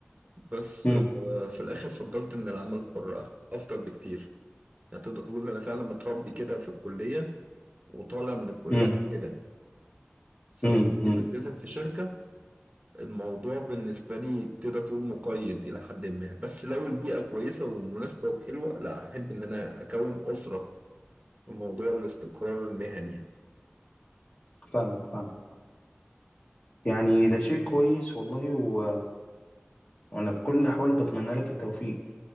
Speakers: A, on the right (about 35°); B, on the left (about 45°).
A: بس
B: امم
A: آه، في الاخر فضلت ان العمل الحر أه- افضل بكتير يعني تقدر تقول إن انا فعلا متربي كده في الكلية وطالع من الكلية
B: امم
A: كده فلما
B: امم
A: جيت التزم في شركة الموضوع بالنسبة لي تقدر تقول مقيد إلى حد ما بس لو البيئة كويسة ومناسبة وحلوة لا أحب إن أنا أكون أسرة في موضوع الاستقرار المهني
B: فاهمك فاهمك يعني ده شيء كويس والله و... وانا في كل الاحوال بتمنى لك التوفيق